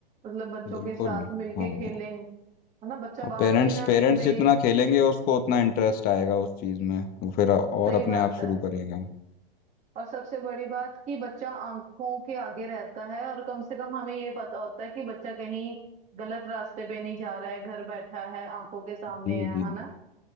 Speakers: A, on the right; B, on the left.
A: मतलब बच्चों
B: बिल्कुल
A: के साथ मिलके
B: हाँ
A: खेलें है ना बच्चा
B: और
A: बाहर
B: पेरेंट्स
A: भी ना
B: पेरेंट्स
A: निकले
B: जितना खेलेंगे उसको उतना इंटरेस्ट आएगा उस चीज़ में वो फिर और
A: सही
B: अपने
A: बात
B: आप शुरू
A: है
B: करेगा
A: और सबसे बड़ी बात कि बच्चा आंखों के आगे रहता है और कम से कम हमें ये पता होता है कि बच्चा कहीं गलत रास्ते पे नहीं जा रहा है घर बैठा है आंखों के सामने
B: जी
A: है
B: जी
A: है ना